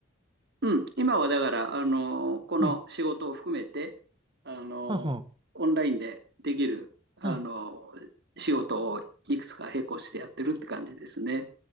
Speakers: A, on the right (about 55°); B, on the right (about 25°).
A: うん、今はだから、あの、この仕事を含めて、
B: はい。
A: あの、
B: はは。
A: オンラインでできる、あの、
B: はい。
A: 仕事をいくつか並行してやってるって感じですね。